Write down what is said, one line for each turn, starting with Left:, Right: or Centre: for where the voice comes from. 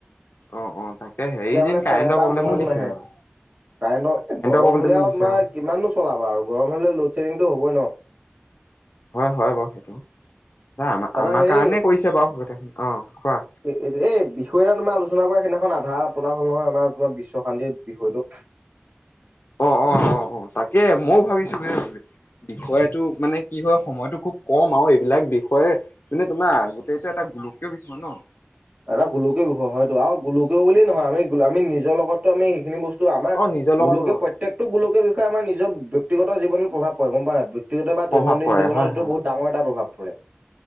Left: অ' অ' তাকে। হেৰি
Right: এতিয়া মানে
Left: দিন
Right: চেৰেপা
Left: কাৰেণ্টৰ প্ৰব্লেমো
Right: ম এইবোৰ
Left: দিছে
Right: নাহে,
Left: আৰু
Right: কাৰেণ্টৰ এ গৰম
Left: প্ৰব্লেমো
Right: হলেও
Left: দিছে
Right: তোমাৰ
Left: আৰু
Right: কিমান নু চলাবা আৰু গৰম হলে ল'ডেডিংটো হ'বয় ন।
Left: হয় হয় বাৰু, সেইটো আম
Right: তাৰপা
Left: আমাৰ
Right: হেৰি
Left: কাৰণেই কৰিছে বাৰু, অ' কোৱা।
Right: এই এই বিষয় এটা তুমি আলোচনা কৰা সেইদিনাখন আধা প্ৰদান হল নহয় আমাৰ তোমাৰ বিশ্ব শান্তিৰ বিষয়টো।
Left: অ' অ' অ' তাকে ময়ো ভাবিছো, এই বিষয়টো মানে কি হয় সময়টো খুব কম আৰু এইবিলাক বিষয়ে যেনে তোমাৰ গোটেইটো এটা গোলকীয় বিষয় ন।
Right: এটা গোলকীয় হয়তো আৰু গোলকীয় বুলিও
Left: অ
Right: নহয় আমি আমি নিজৰ লগত আমি সেইখিনি বস্তু আমাৰ,
Left: অ নিজৰ লগতো
Right: গোলকীয় প্ৰত্যেকটো গোলকীয় বিষয়ে আমাৰ নিজৰ ব্যক্তিগত জীৱনত প্ৰভাৱ পৰে গম পায় না আপুনি ব্যক্তগত বা
Left: প্ৰভাৱ
Right: দৈনন্দিন
Left: পৰে
Right: জীৱনটো
Left: হয় হয়
Right: বহুত ডাঙৰ এটা প্ৰভাৱ পৰে।